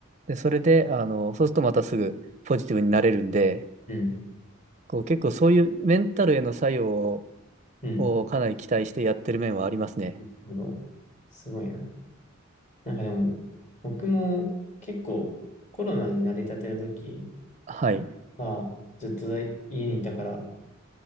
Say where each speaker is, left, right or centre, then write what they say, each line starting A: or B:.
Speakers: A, on the right; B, on the left.
A: で、それで、あの、そうするとまたすぐポジティブになれるんで、
B: うん。
A: こう、結構そういうメンタルへの作用を、
B: うん。
A: をかなり期待してやってる面はありますね。
B: なるほど。すごいな。なんかでも、僕も結構コロナに慣れたての時
A: はい。
B: は、ずっとだい家にいたから、